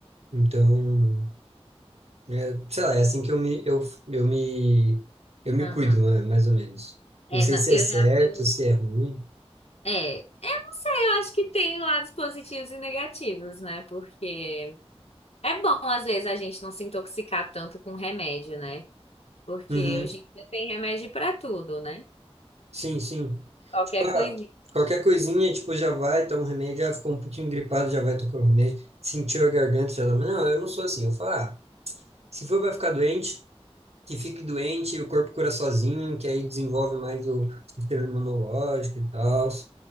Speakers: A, on the right; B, on the left.
A: Então, é, sei lá, é assim que eu me, eu, eu me, eu me
B: Aham.
A: cuido, ma- mais ou menos.
B: É,
A: Não sei
B: não,
A: se
B: eu
A: é certo,
B: já tô.
A: se é ruim.
B: É, eu não sei, eu acho que tem lados positivos e negativos, né? Porque É bom, às vezes, a gente não se intoxicar tanto com remédio, né? Porque
A: Uhum.
B: hoje em dia tem remédio pra tudo, né?
A: Sim, sim.
B: Qualquer
A: Tipo, ah,
B: coisinha.
A: qualquer coisinha, tipo, já vai, toma um remédio, ah, ficou um pouquinho gripado, já vai tocar o remédio, sentiu a garganta, já toma. Não, eu não sou assim. Eu falo, ah, se for, vai ficar doente, que fique doente e o corpo cura sozinho, que aí desenvolve mais o sistema imunológico e tal.